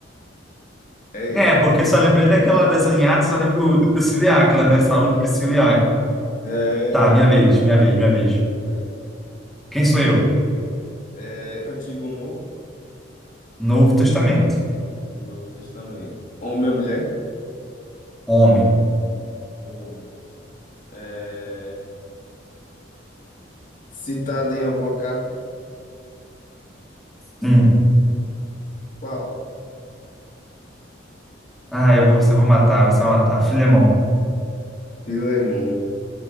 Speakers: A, on the left; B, in the centre.
A: É ele.
B: é, porque só lembrei daquela dessa em Atos, só lembro do Priscila e Áquila, né? Saúde, Priscila e Áquila.
A: É,
B: Tá, minha vez, minha vez, minha vez.
A: ele.
B: Quem sou eu?
A: é Antigo ou Novo?
B: Novo Testamento.
A: Novo Testamento. Homem ou mulher?
B: Homem.
A: Homem. É, citado em alguma carta?
B: Hum.
A: Qual?
B: Ah, eu vou, você vou matar, você vai matar. Filemão.
A: Filemon.